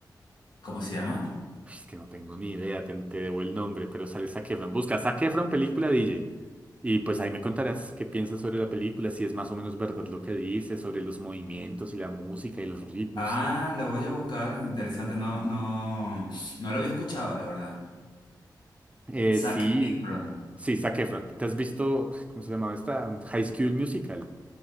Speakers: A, on the left; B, on the right.
A: ¿Cómo se llama?
B: Es que no tengo ni idea, te, te debo el nombre, pero sale Zac Efron. Busca Zac Efron película DJ. Y pues ahí me contarás qué piensas sobre la película, si es más o menos verdad lo que dice, sobre los movimientos y la música y los ritmos.
A: Ah, la voy a buscar, interesante, no, no, no lo había escuchado, la verdad.
B: Eh,
A: Zac
B: sí,
A: Efron,
B: sí, Zac Efron. ¿Te has visto, cómo se llamaba esta? High School Musical.